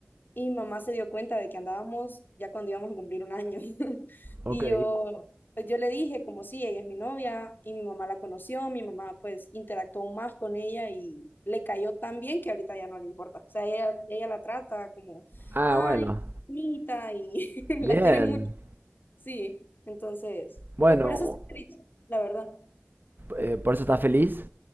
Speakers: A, on the left; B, on the right.
A: y mi mamá se dio cuenta de que andábamos ya cuando íbamos a cumplir un año. <laughs>
B: Ok.
A: Y yo, pues, yo le dije como sí, ella es mi novia y mi mamá la conoció, mi mamá pues interactuó más con ella y le cayó tan bien que ahorita ya no le importa. O sea, ella, ella la trata como,
B: Ah,
A: ay,
B: bueno.
A: bonita y <laughs>
B: Bien.
A: la quiere mucho. Sí, entonces,
B: Bueno,
A: pues por eso estoy feliz, la verdad.
B: eh, ¿por eso estás feliz?